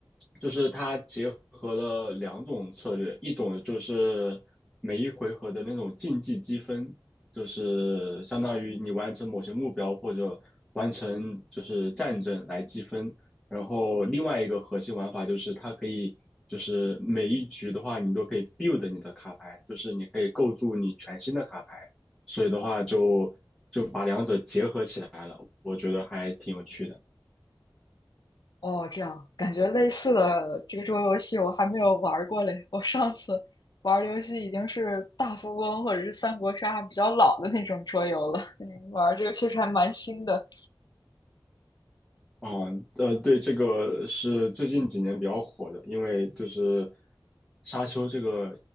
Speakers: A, in the centre; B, on the left.
A: 就是它结合了两种策略，一种就是每一回合的那种竞技积分，就是相当于你完成某些目标或者完成就是战争来积分，然后另外一个核心玩法就是它可以。就是每一局的话，你都可以 build 你的卡牌，就是你可以构筑你全新的卡牌，所以的话就就把两者结合起来了，我觉得还挺有趣的。
B: 哦，这样感觉类似的这个桌游戏我还没有玩儿过嘞。我上次玩儿的游戏已经是大富翁或者是三国杀比较老的那种桌游了，嗯，玩儿这个确实还蛮新的。
A: 啊，呃，对，这个是最近几年比较火的，因为就是《沙丘》这个